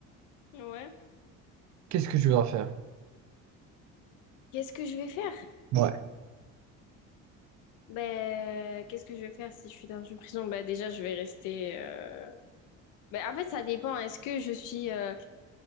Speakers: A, on the left; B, on the right.
A: ouais.
B: qu'est-ce que tu vas faire?
A: Qu'est-ce que je vais faire?
B: Ouais.
A: Ben, qu'est-ce que je vais faire si je suis dans une prison? Ben, déjà, je vais rester. euh, Ben, en fait, ça dépend. Est-ce que je suis euh,